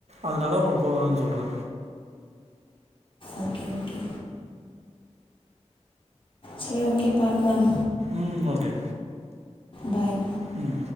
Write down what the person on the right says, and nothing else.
அதனால உங்கள போ <unintelligible> சொல்றே
ம் ஓகே
உம்